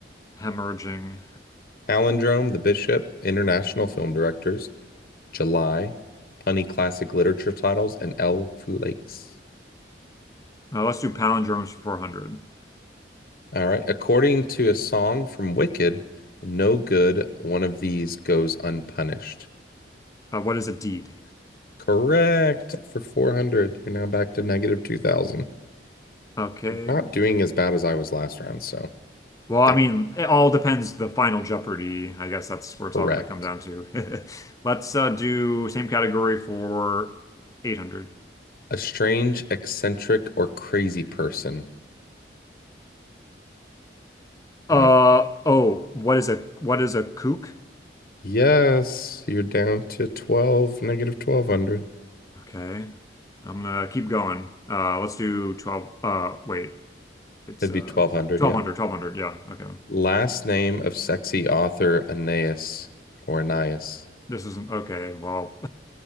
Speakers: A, on the left; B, on the left.
A: hemorrhaging.
B: Palindrome, The Bishop, International Film Directors, July, Punny Classic Literature Titles, and L for Lakes.
A: Uh, let's do palindromes for 400.
B: All right. According to a song from Wicked, no good one of these goes unpunished.
A: Uh, what is a deed?
B: Correct for 400. You're now back to negative 2000.
A: Okay.
B: Not doing as bad as I was last round, so
A: Well, I
B: that's
A: mean, it all depends the final Jeopardy. I guess that's where it's
B: correct.
A: all going to come down to. <laughs> Let's uh, do same category for 800.
B: A strange, eccentric, or crazy person.
A: Uh
B: And it's
A: oh, what is a what is a kook?
B: yes, you're down to 12, negative 1200.
A: Okay. I'm gonna keep going. Uh let's do 12 uh wait. It's
B: It'd
A: uh
B: be 1200,
A: twelve
B: yep.
A: hundred, 1200. Yeah. Okay.
B: Last name of sexy author Aeneas or Aeneas.
A: This isn't okay. Well,